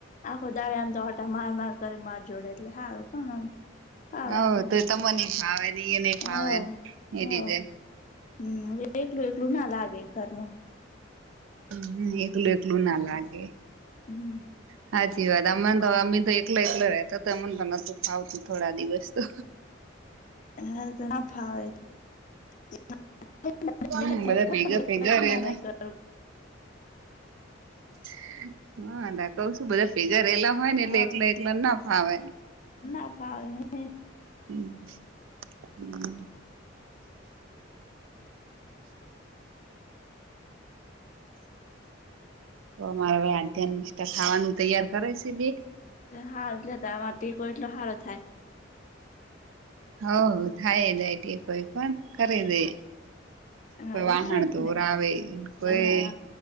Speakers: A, on the left; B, on the right.
A: આખો દાળો આમ તો ઓટા માર માર કરી માર જોડે એટલે સારું પણ આમ ફાવે
B: હઓ
A: આપડે
B: તો મને ને ફાવે ને એ ને ફાવે
A: હવ
B: એ
A: હવ
B: રીતેે
A: હમ એકલું એકલું ના લાગે કરમ
B: હમ્મ એકલું એકલું ના લાગે
A: હમ
B: સાચી વાત અમને તો અમે તો એકલા એકલા રેતા તો અમને તો નતું ફાવતું થોડા દિવસ તો
A: હા ના ફાવે એ તો <unintelligible>
B: હમ બધા ભેગા ભેગા રેલા <inaudible> હા કશું બધા ભેગા રહેેલા હોય ને
A: હા
B: એટલે એકલા એકલા ના ફાવે
A: ના ફાવે હે ને
B: <inaudible> અમારે હવે આધ્યાન નિષ્ઠા ખાવાનું તૈયાર કરે છે બે
A: હારુ છે તમાર <unintelligible> હારુ થાય
B: હઓ થાય <unintelligible> કોણ કરે દે
A: હા
B: કોઈ વાહણ
A: એટલે જ
B: ધોવરાવે
A: ને
B: કોઈ
A: હા